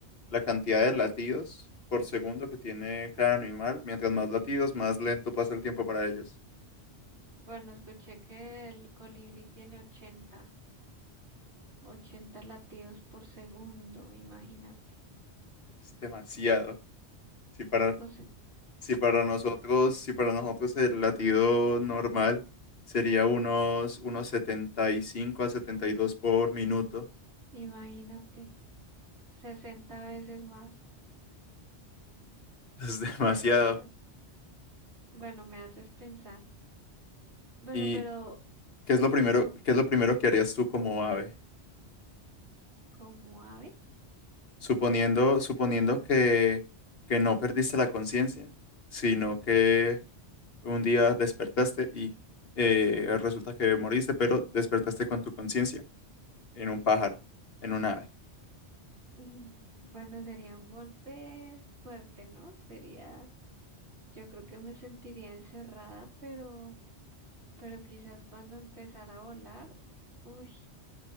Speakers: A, on the left; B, on the right.
A: la cantidad de latidos por segundo que tiene cada animal. Mientras más latidos, más lento pasa el tiempo para ellos.
B: Bueno, escuché que el colibrí tiene ochenta, 80 latidos por segundo, imagínate.
A: Es demasiado. Si para,
B: O sea,
A: Si para
B: pues,
A: nosotros, si para nosotros el latido normal sería unos, unos 75 a 72 por minuto,
B: imagínate, 60 veces más.
A: <laughs> es demasiado.
B: Tremendo. Bueno, me haces pensar. Bueno,
A: ¿Y
B: pero,
A: qué es lo
B: señor,
A: primero, qué es lo primero que harías tú como ave?
B: como ave,
A: Suponiendo, suponiendo que, que no perdiste la conciencia, sino que un día despertaste y eh, resulta que moriste, pero despertaste con tu conciencia en un pájaro, en un ave.
B: mm, bueno, sería un golpe fuerte, ¿no? Sería, yo creo que me sentiría encerrada, pero, pero quizás cuando empezara a volar, uy,